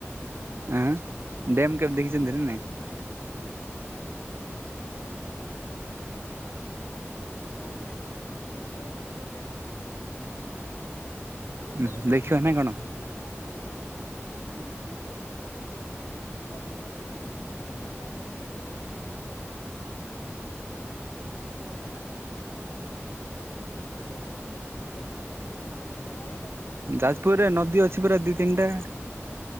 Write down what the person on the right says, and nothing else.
ହଁ ଡ୍ୟାମ୍ କେବେ ଦେଖିଛନ୍ତି ନା ନାଇଁ।
ଉଁ
ଦେଖିବା
ନା କଣ
ଯାଜପୁରରେ ନଦୀ ଅଛି ପୁରା ଦି ତିନି ଟା।